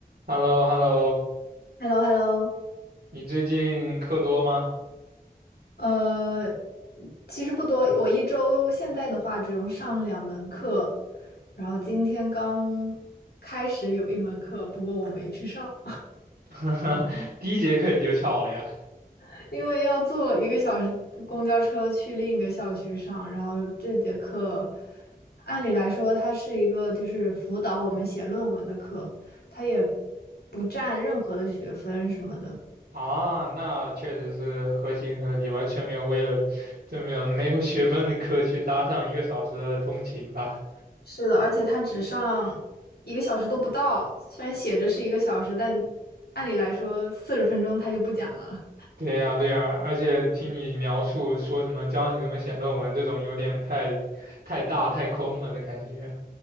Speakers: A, on the right; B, on the left.
A: h e l l o h e l l o
B: h e l l o h e l l o
A: 你最近课多吗？
B: 呃，其实不多，我一周现在的话只用上两门课，然后今天刚开始有一门课，不过我没去上，
A: <laughs> 第一节课你就翘了呀？
B: <laughs> 因为要坐一个小时公交车去另一个校区上。然后这节课，按理来说它是一个就是辅导我们写论文的课，它也不占任何的学分什么的。
A: 啊，那确实是合情合理，完全没有为了这么没有学分的课去搭上一个小时的通勤吧？
B: 是的，而且他只上一个小时都不到，虽然写着是一个小时，但按理来说四十分钟他就不讲了。
A: 对呀，对呀，而且听你描述说什么教你怎么写论文这种，有点太太大太空了的感觉。